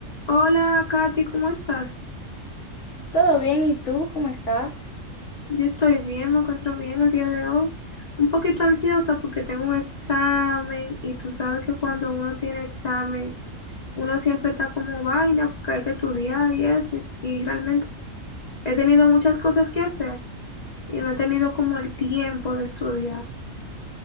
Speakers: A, on the left; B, on the left.
A: Hola, Katy, ¿cómo estás?
B: Todo bien, ¿y tú cómo estás?
A: Yo estoy bien, me encuentro bien el día de hoy. Un poquito ansiosa porque tengo un examen y tú sabes que cuando uno tiene examen, uno siempre está como vaina porque hay que estudiar y eso. Y, y realmente he tenido muchas cosas que hacer y no he tenido como el tiempo de estudiar.